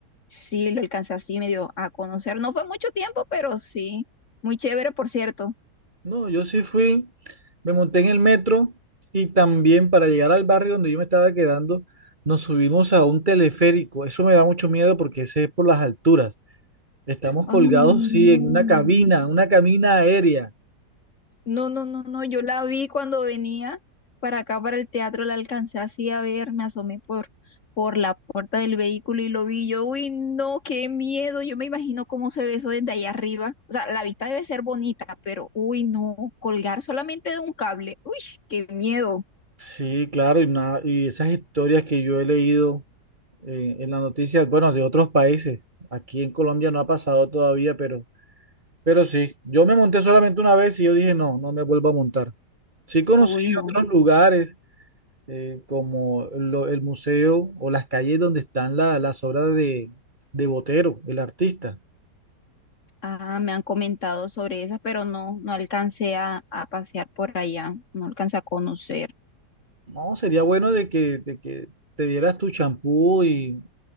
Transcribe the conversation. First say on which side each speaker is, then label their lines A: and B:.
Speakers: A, on the left; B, on the right.
A: Sí, lo alcancé así medio a conocer. No fue mucho tiempo, pero sí, muy chévere, por cierto.
B: No, yo sí fui, me monté en el metro y también para llegar al barrio donde yo me estaba quedando, nos subimos a un teleférico. Eso me da mucho miedo porque ese es por las alturas. Estamos
A: Ah,
B: colgados,
A: no.
B: sí, en una cabina, una cabina aérea.
A: No, no, no, no, yo la vi cuando venía para acá, para el teatro, la alcancé así a ver, me asomé por, por la puerta del vehículo y lo vi yo, uy, no, qué miedo, yo me imagino cómo se ve eso desde allá arriba, o sea, la vista debe ser bonita, pero, uy, no, colgar solamente de un cable, uy, qué miedo,
B: Sí, claro, y, na- y esas historias que yo he leído. eh, en las noticias, bueno, de otros países. Aquí en Colombia no ha pasado todavía, pero, pero sí. Yo me monté solamente una vez y yo dije, no, no me vuelvo a montar. Sí conocí
A: uy, no,
B: otros lugares, eh, como lo- el museo o las calles donde están la- las obras de, de Botero, el artista.
A: ah, me han comentado sobre esa, pero no, no alcancé a, a pasear por allá, no alcancé a conocer.
B: No, sería bueno de que, de que te dieras tu champú y,